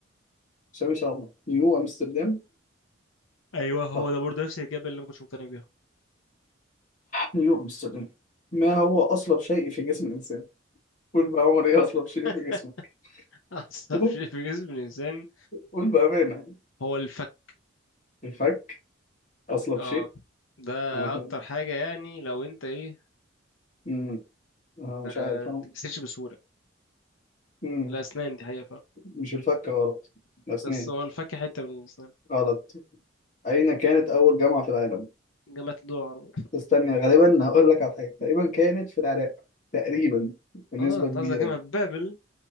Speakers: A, on the left; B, on the left.
A: سامي شعبان نيو أمستردام
B: ايوه هو
A: صح
B: ده برضه نفس الاجابه اللي انا ما كنتش مقتنع بيها
A: نيوتن السلام ما هو أصلب شيء في جسم الإنسان؟ قول بقى يا عمر إيه أصلب شيء
B: <laughs>
A: في جسمك؟
B: أعصب
A: قول
B: شيء في جسم الإنسان
A: قول بأمانة
B: هو الفك
A: الفك أصلب
B: اه
A: شيء
B: ده
A: أنا فاهم.
B: أكتر حاجة يعني لو أنت إيه
A: أمم، أنا مش عارف
B: ما
A: أنا
B: بتتكسرش بسهولة
A: أمم،
B: الأسنان دي حقيقة فعلا
A: مش الفك غلط الأسنان
B: بس هو الفك حتة من الأسنان
A: غلط أين كانت أول جامعة في العالم؟
B: جامعة الدول العربية
A: استنى غالبا هقول لك على حاجة تقريبا كانت في العراق تقريبا بنسبة
B: اه أنت
A: كبيرة
B: قصدك جامعة
A: يعني.
B: بابل